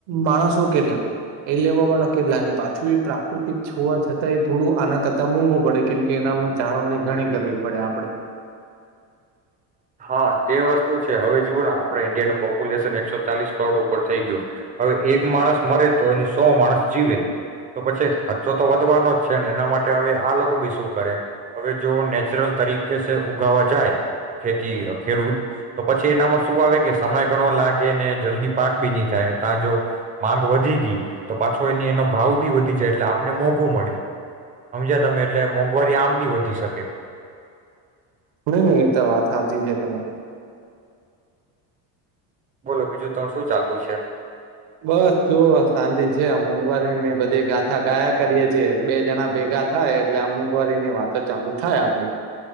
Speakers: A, on the right; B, on the right.
A: માણસો કેટલા, એ લેવા વાળા કેટલા ને પાછું એ પ્રાકૃતિક છોવા જતાં એ થોડું આના કરતા મોંઘું પડે કેમ કે, એનામાં જાળવણી ઘણી કરવી પડે આપડે.
B: હા, તે વસ્તુ છે હવે જુઓ ને આપણે ઈન્ડિયાનું પોપુલેશન એકસો ચાલીસ કરોડ ઉપર થઈ ગીયુ. હવે એક માણસ મરે તો એની સો માણસ જીવે, તો પછી ખર્ચો તો વધવાનો જ છે ને, એના માટે હવે આ લોકો બી શું કરે, હવે જો નેચરલ તરીકે સે ઉગાવા જાય ખેતી અહ ખેડૂત તો પછી એનામાં શું આવે કે સમય ઘણો લાગે ને જલ્દી પાક બી નઈ થાય, તા જો માંગ વધી ગી તો પાછો એની એનો ભાવ બી વધી જાય એટલે આપને મોંઘું મળે હમજ્યા તમે. એટલે મોંઘવારી આમ બી વધી શકે.
A: ની, ની ઈ તો વાત હાચી છે તમારી.
B: બોલો બીજું તા શું ચાલતું છે?
A: બસ જો આ શાંતિ છે. આ મોંઘવારીની બધી ગાથા ગાયા કરીએે છીએ. બે જણા ભેગા થાય એટલે આ મોંઘવારીની વાતો ચાલુ થાય આપડી.